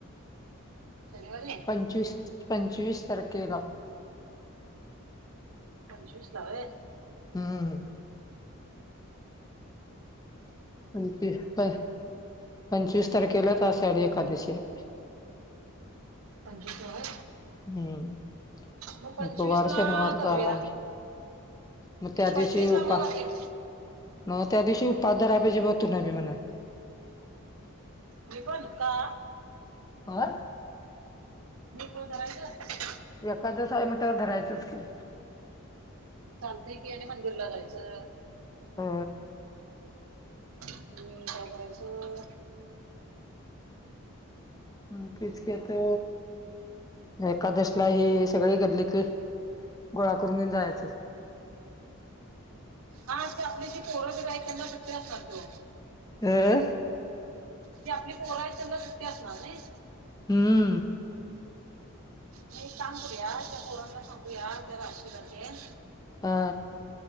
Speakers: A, on the right (about 75°); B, on the left (about 15°).
A: शनिवारी
B: पंचवीस पंचवीस तारखेला
A: पंचवीस ला वय
B: हम्म पंचवीस प पंचवीस तारखेलाच अषाडी एकादशी हाय
A: पंचवीस ल होय
B: हम्म
A: मग पंचवीस
B: त वार
A: ला
B: शनिवारचा
A: करूया
B: आहे म त्या दिवशी
A: पंचवीस ला
B: उपा
A: मग एक
B: न त्या दिवशी उपास धाराय पाहिजे तुला बी म्हण
A: मी पण का
B: होर
A: मी करायच
B: ते एकादश आहे म्हटल्या वर धरायचंच की
A: चालतय की या मंदिरला जायचं
B: हो
A: आणि काय करायचं
B: ् तेचकता एकादशला ही सगळी गल्लीतली गोळा करून घेऊन जायचं
A: हाशी आपली जी पोरंबीर आहे त्यांना सुट्टी असणार की ओ
B: हम
A: की आपली पोरं आहे त्यांना सुट्टी असणार नाय
B: हम्म
A: मी एक काम करूया त्या पोरांना सांगूया त्या राशीलातेन
B: हा